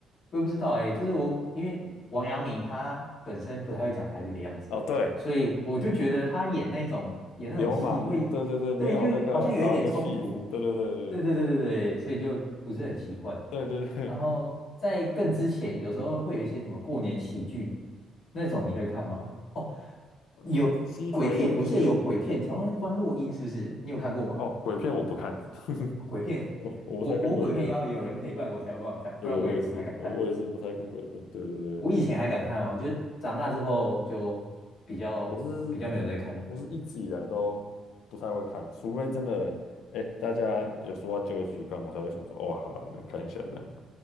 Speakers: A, on the left; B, on the left.
A: 我也不知道哎、就是我因为王阳明他本身不太会讲台语的样子，
B: 哦，对，
A: 所以我就觉得他演那种演那种戏会，
B: 流氓，对对对，没有那个少一个
A: 对，就好像有一点冲突，
B: chief，对对对
A: 对对对对对，所以就不是很习惯。
B: 对对对对，
A: 然后在更之前，
B: <laughs>
A: 有时候会有一些什么过年喜剧那种，你会看吗？哦，
B: 呃说什么鸡排英雄。
A: 有鬼片，我记得有鬼片，好像是关洛英是不是？你有看过吗？
B: 哦，鬼片我不看，<laughs>
A: 片我我鬼片要有人陪伴我才有办法看，
B: 我我不太看鬼片。对对，
A: 不然我也不太敢看。
B: 我也是，我我也是不太看鬼片。对对对，
A: 我以前还敢看哦，就是长大之后就比较比较没有在看。
B: 我是一我是一直以来都不太会看，除非真的，哎，大家有说话就一起去看，我才会想说，哦，好啊，那看一下这样，